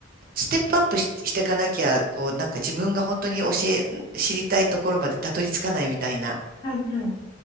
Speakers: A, on the right; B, on the left.
A: ステップアップし、していかなきゃ、こう、なんか自分が本当に教え、知りたいところまでたどり着かないみたいな。
B: はい、はい、